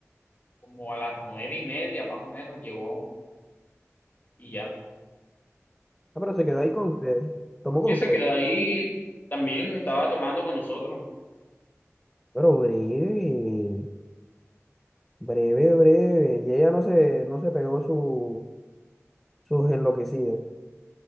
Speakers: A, on the left; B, in the centre.
A: como a las nueve y media más o menos, llegó y ya.
B: Ah, pero se quedó ahí con ustedes. Tomó con
A: Y se
B: ustedes.
A: quedó ahí, también estaba tomando con nosotros.
B: Pero breve, breve, breve. Y ella no se, no se pegó su, sus enloquecidas. O